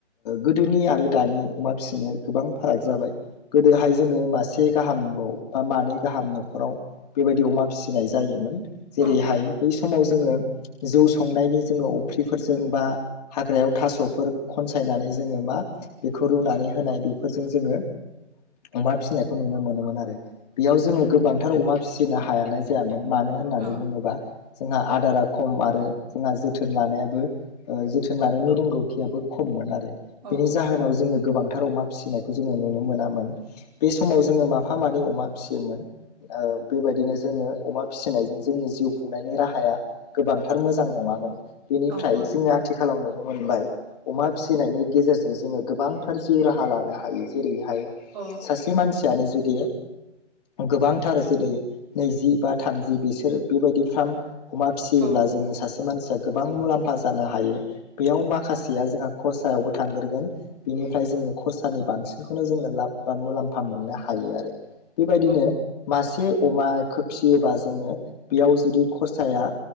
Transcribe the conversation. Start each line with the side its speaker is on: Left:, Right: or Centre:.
Left: गोदोनि आरो दानि अमा फिसिनाया गोबां फाराग जाबाय गोदोहाय जोङो मासे गाहामाव बा मानै गाहाम नखराव बेबायदि अमा फिसिनाय जायोमोन।
Right: औ
Left: जेरैहाय बै समाव जोङो जौ संनायनि जोङो अफ्रिफोरजों बा हाग्रायाव थास'फोर खनसायनानै जोङो मा बेखौ रुनानै होनाय बेफोरजों जोङो अमा फिसिनायखौ नुनो मोनोमोन आरो। बेयाव जोङो गोबां <unintelligible> अमा फिसिनो हायानाय जायामोन मानो होननानै
Right: औ
Left: बुङोबा जोंहा आदारा खम आरो जोंहा जोथोन लानायाबो, जोथोन लानायनि रोंगौथियाबो खममोन आरो।
Right: औ
Left: बेनि जाहोनाव जोङो गोबांथार अमा फिसिनायखौ जोङो नुनो मोनामोन। बे समाव जोङो माफा मानैानि अमा फिसियोमोन ओ बेबायदिनो जोङो अमा फिसिनायजों जोंनि जिउ खुंनायनि राहाया गोबांथार मोजां नङामोन। बेनिफ्राय
Right: औ नोंथां औ औ
Left: जोङो आथिखालावनो नुनो मोनबाय अमा फिसिनायनि गेजेरजों जोङो गोबांथार जिउ राहा लानो हायो। जेरै हायो
Right: ओ
Left: सासे मानसियानो जुदि गोबांथार जेरै नैजि बा थामजि बिसोर बेबायदि फ्राम अमा फिसियोब्ला
Right: ओ औ औ
Left: जोङो सासे मानसिया गोबां मुलाम्फा जानो हायो बेयाव माखासेया जोंहा खरसायावबो थांग्रोगोन बिनिफ्राय जोङो खरसानि बांसिन <unintelligible> जोङो लाब मुलामा मोननो हायो आरो। बेबायदिनो
Right: औ
Left: मासे <unintelligible> अमाखो फिसियोबा जोङो बेयाव जुदि खरसाया